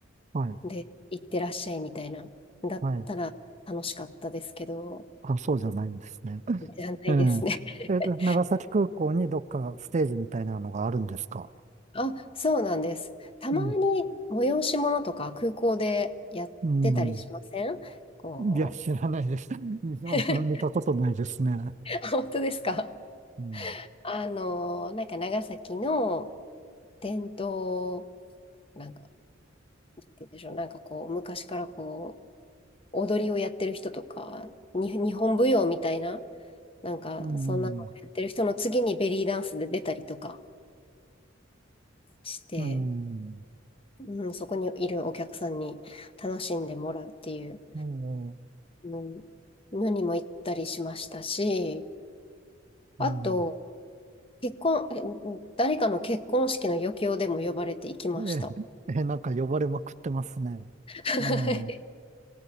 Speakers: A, on the right; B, on the left.
A: はい、
B: で、行ってらっしゃいみたいな。だったら楽しかったですけど、
A: はい。あ、そうじゃないんですね。
B: じゃないですね。
A: え
B: <laughs>
A: え。えっと、長崎空港にどっかステージみたいなのがあるんですか
B: あ、そうなんです。たまに催し物とか空港でやってたりしませんこ
A: うん。うん。いや、知らないです。<laughs> あんま見たことないですね。
B: う。<laughs> あ本当ですか
A: うん。
B: あの、なんか長崎の伝統、なんか、なんて言うんでしょう、なんかこう、昔からこう、踊りをやってる人とか、に、日本舞踊みたいな、なんか、
A: うん。
B: そんなのをやってる人の次にベリーダンスで出たりとかして、
A: うん。
B: うん、そこにいるお客さんに楽しんでもらうっていう。
A: も
B: うん何も行ったりしましたし、あと、
A: う、うん。
B: 結婚、え誰かの結婚式の余興でも呼ばれて行きました。
A: ええ、ええ、なんか呼ばれまくってますね。
B: <laughs>
A: ええ。